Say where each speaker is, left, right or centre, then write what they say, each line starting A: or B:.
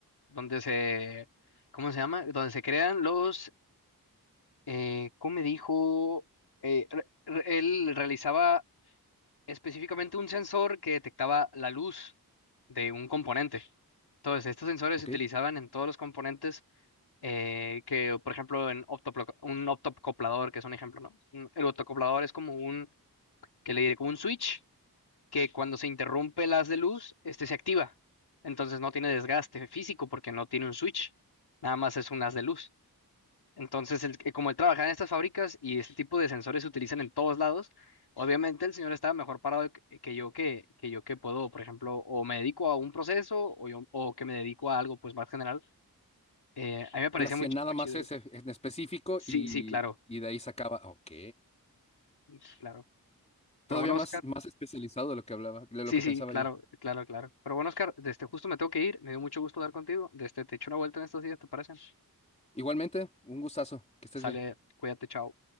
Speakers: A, on the left; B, on the left.
A: donde se, ¿cómo se llama? Donde se crean los eh, ¿cómo me dijo? Eh, re- re- él realizaba específicamente un sensor que detectaba la luz de un componente. Entonces, estos sensores
B: ¿ok?
A: se utilizaban en todos los componentes eh, que, por ejemplo, en optoplo- un optocoplador, que es un ejemplo, ¿no? Un- El optocoplador es como un, que le diré, como un switch que cuando se interrumpe el haz de luz, este se activa. Entonces no tiene desgaste físico porque no tiene un switch, nada más es un haz de luz. Entonces, el- eh, como él trabajaba en estas fábricas y este tipo de sensores se utilizan en todos lados, obviamente el señor estaba mejor parado que eh, que yo que, que yo que puedo, por ejemplo, o me dedico a un proceso o, yo, o que me dedico a algo pues más general. Eh, a mí me parecía
B: Él hacía
A: muy, ch-
B: nada
A: muy
B: más
A: chido
B: ese
A: eso.
B: en específico
A: Sí,
B: y,
A: sí, claro,
B: y de ahí sacaba, ah, ok.
A: mm, claro. Pero
B: Todavía
A: bueno,
B: más,
A: Oscar,
B: más especializado de lo que hablaba, de
A: sí,
B: lo que
A: sí,
B: pensaba
A: claro,
B: yo.
A: claro, claro. Pero bueno, Oscar, desde justo me tengo que ir, me dio mucho gusto hablar contigo. Desde te echo una vuelta en estos días, ¿te parece?
B: Igualmente, un gustazo, que estés
A: Sale,
B: bien.
A: cuídate, chao.